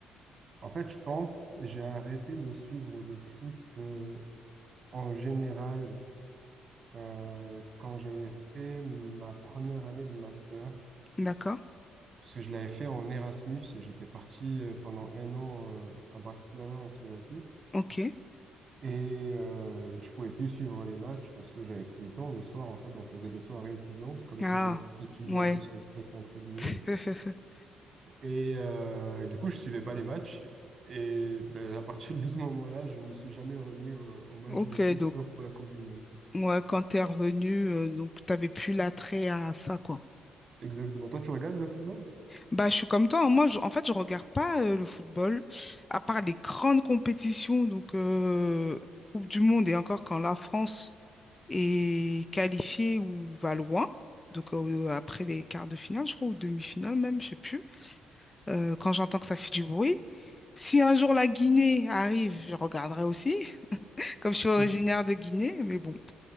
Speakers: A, on the right; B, on the left.
A: en fait, je pense, j'ai arrêté de suivre le foot euh, en général euh, quand j'avais fait ma première année de master.
B: D'accord.
A: Parce que je l'avais fait en Erasmus et j'étais parti euh, pendant un an euh, à Bratislava en Slovaquie.
B: OK.
A: Et euh, je pouvais plus suivre les matchs parce que j'avais plus le temps. Le soir, en fait, on faisait des soirées étudiantes, comme
B: Ah,
A: tout bon étudiant
B: ouais.
A: qui se respecte entre guillemets.
B: <laughs>
A: Et euh, du coup, je suivais pas les matchs. Et ben, à partir de ce moment-là, je me suis jamais remis au, au match
B: OK.
A: de foot,
B: Donc,
A: sauf pour la Coupe du Monde, quoi.
B: ouais, quand tu es revenu, euh, donc, tu n'avais plus l'attrait à ça, quoi.
A: Exactement. Toi, tu regardes le football?
B: Bah, je suis comme toi. hein. Moi, je- en fait, je regarde pas euh, le football, à part les grandes compétitions, donc euh, Coupe du Monde et encore quand la France est qualifiée ou va loin. Donc euh, après les quarts de finale, je crois, ou demi-finale même, je sais plus. Euh, quand j'entends que ça fait du bruit. Si un jour la Guinée arrive, je regarderai aussi, <laughs> comme je suis
A: <laughs>
B: originaire de Guinée, mais bon.